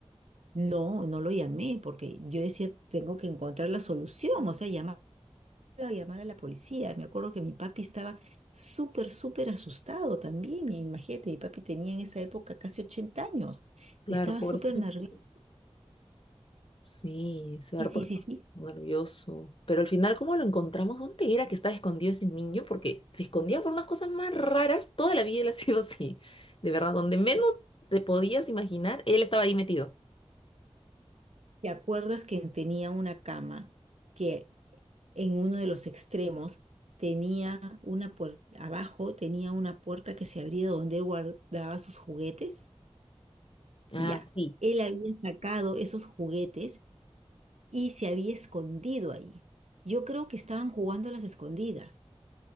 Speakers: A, on the right (about 85°); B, on the left (about 55°).
A: No, no lo llamé porque yo decía, tengo que encontrar la solución, o sea, llamar, llamar a la policía. Me acuerdo que mi papi estaba súper, súper asustado también. Mi- Imagínate, mi papi tenía en esa época casi 80 años,
B: Claro,
A: estaba
B: pobrecito.
A: súper nervioso.
B: Sí, se
A: Y
B: ha
A: sí,
B: puesto
A: sí, sí.
B: nervioso. Pero al final, ¿cómo lo encontramos? ¿Dónde era que estaba escondido ese niño? Porque se escondía por unas cosas más raras. Toda la vida él ha sido así. De verdad, donde menos te podías imaginar, él estaba ahí metido.
A: ¿Te acuerdas que tenía una cama que en uno de los extremos tenía una puerta, abajo tenía una puerta que se abría donde él guardaba sus juguetes?
B: Ah,
A: Ya,
B: sí.
A: él había sacado esos juguetes y se había escondido ahí. Yo creo que estaban jugando a las escondidas.